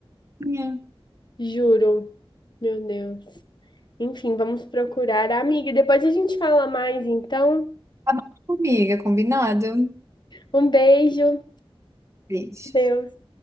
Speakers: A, on the right; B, on the left.
A: que minha.
B: juro. Meu Deus. Enfim, vamos procurar. Amiga, depois a gente fala mais, então.
A: Tá bom, amiga, combinado.
B: Um beijo.
A: Beijo.
B: Deus.